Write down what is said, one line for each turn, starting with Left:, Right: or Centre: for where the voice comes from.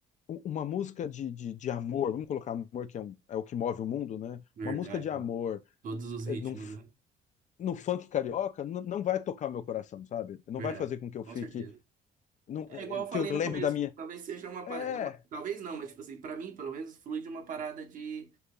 Left: u- uma música de, de, de amor, vamos colocar amor que é, um- é o que move o mundo, né?
Right: verdade.
Left: Uma música de amor
Right: Todos os ritmos,
Left: é, num, f-
Right: né?
Left: no funk carioca n- não vai tocar o meu coração, sabe? Não
Right: Verdade,
Left: vai fazer com que eu
Right: com
Left: fique,
Right: certeza.
Left: não-
Right: É
Left: é,
Right: igual
Left: que
Right: eu falei
Left: eu lembre
Right: no começo,
Left: da minha.
Right: talvez seja uma parada.
Left: É,
Right: Talvez não, mas tipo assim, pra mim, pelo menos, flui de uma parada de.